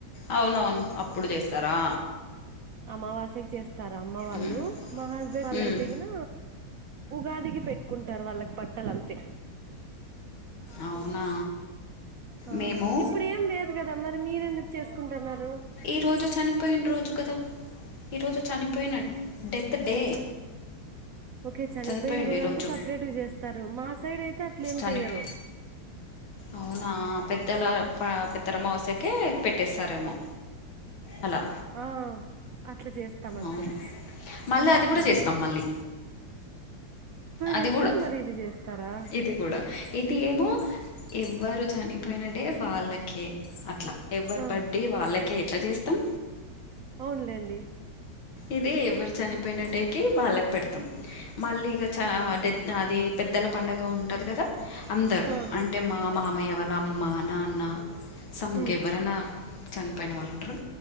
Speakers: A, on the left (about 75°); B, on the right (about 70°).
A: అవునవును అప్పుడు చేస్తారా
B: అమావాస్యకి చేస్తారు అమ్మ వాళ్ళు
A: ఉమ్,
B: మా హస్బెండ్ వాళ్ళయితేగిన
A: ఉమ్.
B: ఉగాదికి పెట్టుకుంటారు వాళ్ళకి బట్టల అంతే
A: అవునా
B: ఆ
A: మేము
B: ఇప్పుడు ఏం లేదు కదా మరి మీరెందుకు చేసుకుంటున్నారు
A: ఈ రోజు చనిపోయిన రోజు కదా ఈ రోజు చనిపోయిన డెత్ డే
B: ఓకే చనిపోయిన
A: చనిపోయిండు
B: రోజు
A: ఈరోజు
B: అంటూ సపరేట్ చేస్తారు మా సైడ్ అయితే అట్లే ఏం
A: చనిపో
B: చెయ్యరు
A: అవునా పెద్దల పెద్దరమావాస్యకే పెట్టేస్తారేమో అలా
B: ఆ అట్లా చేస్తాం అంతే
A: అవును మళ్ళ అది కూడా
B: ఆ
A: చేస్తాం మళ్ళీ అది
B: చేస్తారు
A: కూడా
B: మరి ఇది చేస్తారా
A: ఇది కూడా ఇది ఏమో ఎవ్వరు చనిపోయిన డే వాళ్ళకే అట్లా ఎవరి
B: ఆ
A: బర్డే వాళ్ళకే ఎట్లా చేస్తాం
B: అవునులేండి
A: ఇది ఎవరు చనిపోయిన డే కి వాళ్ళకు పెడతాం మళ్ళీ ఇక చ
B: ఆ
A: డెత్ అది పెద్దల పండగ ఉంటది కదా అందరూ
B: ఆ
A: అంటే మా మామయ్య వాళ్ళ అమ్మ నాన్న సమ్ ఇంకేవరైనా
B: ఉమ్
A: చనిపోయిన వాళ్ళు ఉంటారు